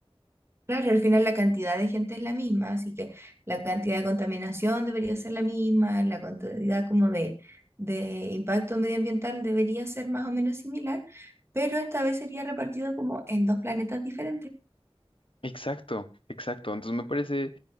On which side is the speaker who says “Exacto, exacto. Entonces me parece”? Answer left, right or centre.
Left